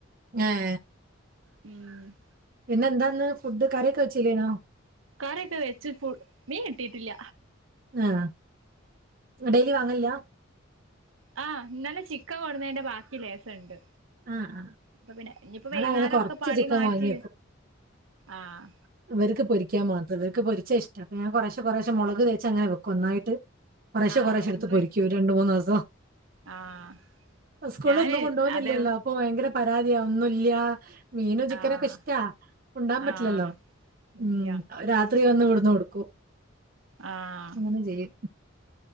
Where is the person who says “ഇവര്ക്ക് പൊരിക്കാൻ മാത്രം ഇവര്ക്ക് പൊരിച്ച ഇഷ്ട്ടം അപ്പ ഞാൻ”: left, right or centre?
Right